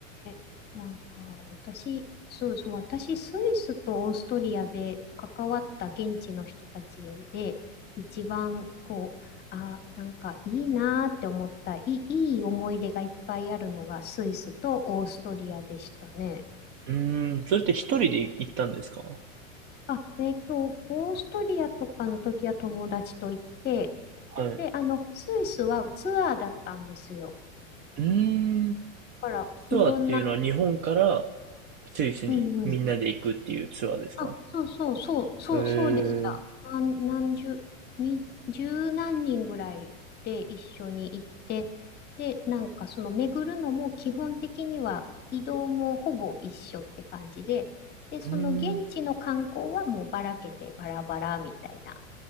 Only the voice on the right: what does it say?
うーん、それって一人で行ったんですかは
い。
うーん、
ツアーっていうのは日本から
スイスにみんなで行くっていうツアーですか
へえ、
う
ーん、